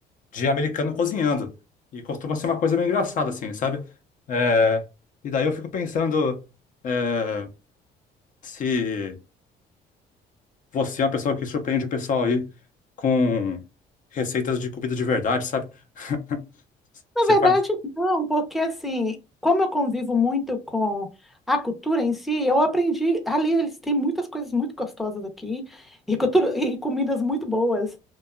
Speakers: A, on the left (about 50°); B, in the centre.
A: de americano cozinhando. E costuma ser uma coisa bem engraçada, assim, sabe? É, e daí eu fico pensando é, se você é uma pessoa que surpreende o pessoal aí com receitas de comida de verdade, sabe? <laughs>
B: Na
A: Você
B: verdade,
A: faz.
B: não, porque assim, como eu convivo muito com a cultura em si, eu aprendi. Ali eles têm muitas coisas muito gostosas aqui e, cultura, e comidas muito boas.